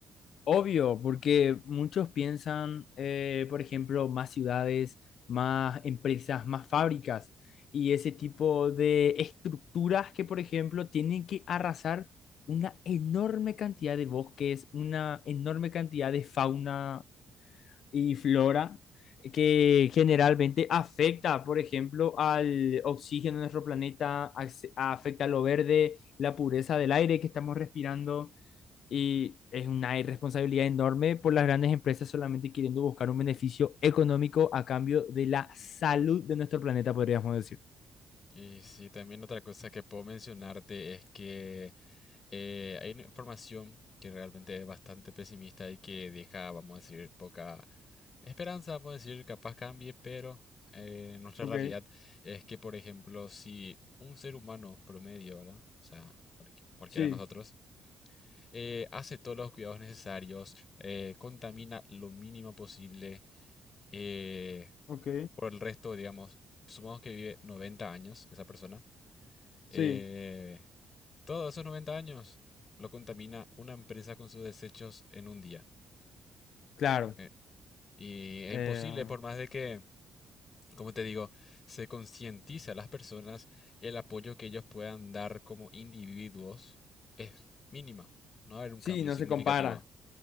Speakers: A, on the left (about 65°); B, on the left (about 45°).
A: Obvio, porque muchos piensan, eh, por ejemplo, más ciudades, más empresas, más fábricas y ese tipo de estructuras que, por ejemplo, tienen que arrasar una enorme cantidad de bosques, una enorme cantidad de fauna y flora que generalmente afecta, por ejemplo, al oxígeno de nuestro planeta, ace- afecta a lo verde, la pureza del aire que estamos respirando y es una irresponsabilidad enorme por las grandes empresas solamente queriendo buscar un beneficio económico a cambio de la salud de nuestro planeta, podríamos decir.
B: Y sí, también otra cosa que puedo mencionarte es que Eh, hay una información que realmente es bastante pesimista y que deja, vamos a decir, poca esperanza, vamos a decir, capaz cambie, pero eh, nuestra
A: Ok,
B: realidad es que, por ejemplo, si un ser humano promedio, ¿verdad? O sea, cualqui- cualquiera
A: sí,
B: de nosotros, eh, hace todos los cuidados necesarios, eh, contamina lo mínimo posible, eh,
A: ok,
B: por el resto, digamos, supongamos que vive 90 años esa persona. eh,
A: sí,
B: todos esos 90 años lo contamina una empresa con sus desechos en un día.
A: Claro,
B: Eh, Y es
A: eh,
B: imposible, por más de que, como te digo, se concientice a las personas, el apoyo que ellos puedan dar como individuos es mínima. No va a haber un
A: sí,
B: cambio
A: no
B: significativo.
A: se compara,